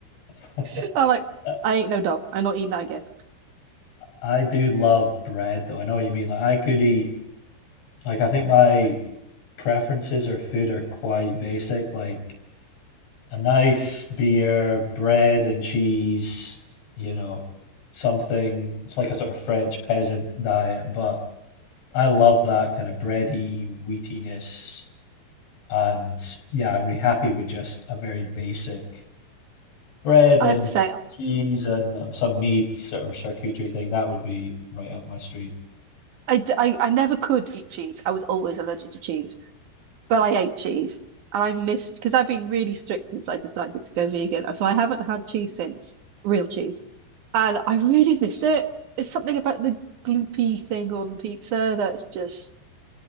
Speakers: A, on the left (about 70°); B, on the right (about 60°).
A: <laughs>
B: <laughs> I'm like,
A: I
B: I ain't no dog. I'm not eating that again.
A: I do love bread, though. I know what you mean. Like, I could eat. Like, I think my preferences or food are quite basic. Like a nice beer, bread and cheese. You know, something. It's like a sort of French peasant diet, but I love that kind of bready wheatiness. And yeah, I'm really happy with just a very basic bread
B: I
A: and
B: have to say,
A: cheese and um, some meat sort of charcuterie thing. That would be right up my street. <laughs>
B: I, d- I, I never could eat cheese. I was always allergic to cheese. But I ate cheese and I missed because I've been really strict since I decided to go vegan. So I haven't had cheese since, real cheese. And I really miss it. It's something about the gloopy thing on pizza that's just